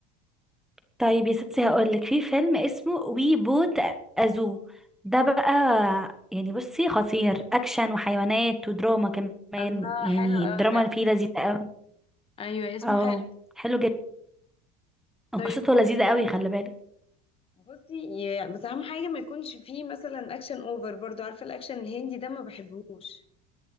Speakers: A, in the centre; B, on the left (about 25°).
A: طيب يا ستي هقولك في فيلم اسمه وي بوت ازو ده بقى يعني بصي خطير اكشن وحيوانات ودراما كمان
B: الله
A: يعني
B: حلو
A: الدراما
B: قوي ده
A: اللي فيه لذيذة قوي
B: ايوه اسمه
A: اه
B: حلو
A: حلو جدا
B: طيب
A: قصته لذيذة قوي خلي بالك
B: بصي يا- بس اهم حاجه ما يكونش فيه مثلا اكشن اوفر برضو عارفه الاكشن الهندي ده ما بحبهوش